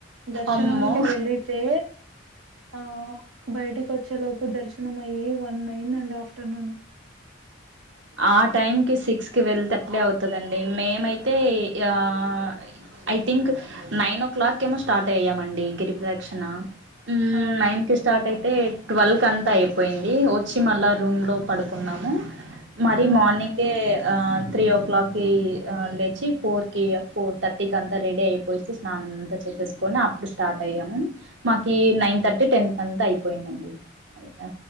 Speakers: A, on the right; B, on the right.
A: దర్శనానికి
B: అమ్మో
A: వెళ్లితే. ఆ బైటకి వచ్చే లోపు దర్శనం అయ్యి వన్ అయింది అండి ఆఫ్టర్నూను <inaudible>
B: ఆ టైమ్ కి సిక్స్ కి వెళ్తే అట్లే అవుతదండి మేం ఐతే ఆహ్ ఐ థింక్ నైనో క్లాక్ ఏమో స్టార్ట్ అయ్యామండి గిరిప్రదక్షణ. ఉమ్మ్
A: ఆ
B: నైన్ కి స్టార్ట్ ఐతే టువెల్వ్. కంత ఐపోయింది వచ్చి మళ్ళా రూమ్ లో పడుకున్నాము. మరీ
A: ఆ
B: మార్నింగే ఆహ్ త్రీ ఓ క్లాక్ కి ఆహ్ లేచి ఫోర్ కి ఫోర్ థర్టీకి అంతా రెడీ అయిపోయేసి స్నానం అంతా చేసి చెసేస్ కొని అప్పుడు స్టార్ట్ అయ్యాము మాకి నైన్ థర్టీ టెన్ కి అంతా అయిపోయిందండి అది.